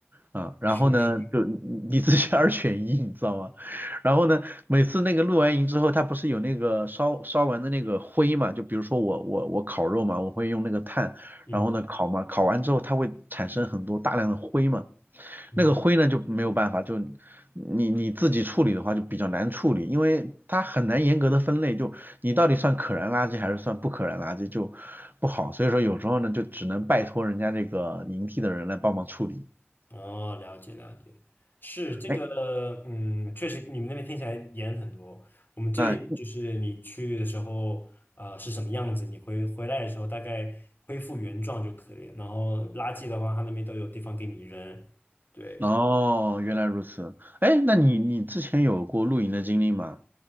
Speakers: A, on the right (about 50°); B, on the left (about 55°).
A: 啊，然后呢，
B: 是是是，
A: 就你自己 <laughs> 二选一，你知道吗？然后呢，每次那个露完营之后，它不是有那个烧烧完的那个灰嘛？就比如说我我我烤肉嘛，我会用那个炭，
B: 嗯，
A: 然后呢烤嘛，烤完之后它会产生很多大量的灰嘛，
B: 嗯，
A: 那个灰呢就没有办法，就你你自己处理的话就比较难处理，因为它很难严格的分类，就你到底算可燃垃圾还是算不可燃垃圾就不好，所以说有时候呢就只能拜托人家这个营地的人来帮忙处理。
B: 哦，了解了解，是这个，
A: 哎。
B: 嗯，确实你们那边听起来严很多。我们这里就是你去的时候，
A: 那
B: 啊，是什么样子，你回回来的时候大概恢复原状就可以了。然后垃圾的话，他那边都有地方给你扔。对，
A: 哦，原来如此。哎，那你你之前有过露营的经历吗？